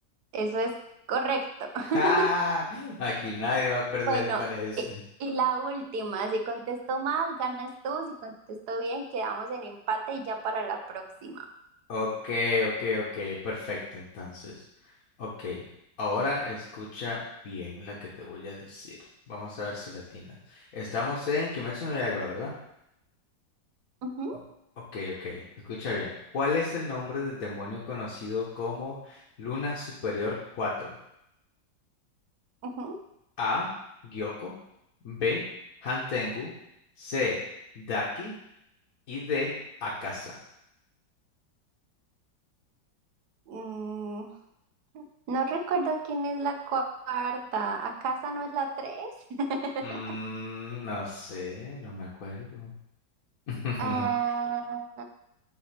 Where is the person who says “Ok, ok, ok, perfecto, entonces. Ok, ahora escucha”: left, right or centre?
Left